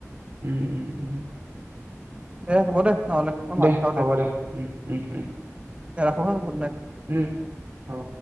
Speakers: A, on the right (about 45°); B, on the right (about 20°).
A: উম, উম, উম।
B: দে হ'ব দে। নহ'লে মই
A: দে
B: ভাত খাওঁ
A: হ'ব দে উম উম উম।
B: দে ৰাখো হা গোদনাইত।
A: উম অ।